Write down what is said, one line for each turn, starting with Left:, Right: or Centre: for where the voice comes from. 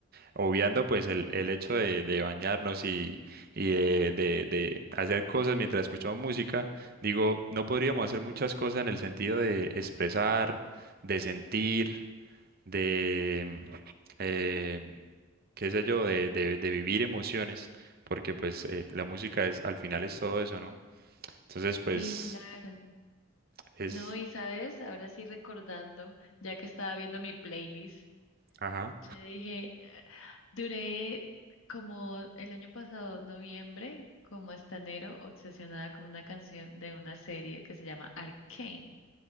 Right: obviando pues el, el hecho de, de bañarnos y, y de, de- de hacer cosas mientras escuchamos música, digo, no podríamos hacer muchas cosas en el sentido de expresar, de sentir, de, eh, qué sé yo, de, de- de vivir emociones, porque pues eh, la música es, al final es todo eso, ¿no? Entonces pues
Left: Sí, claro.
Right: es,
Left: No, y sabes, ahora sí recordando, ya que estaba viendo mi playlist,
Right: ajá,
Left: yo dije, duré como el año pasado, noviembre, como hasta enero, obsesionada con una canción de una serie que se llama Arcane.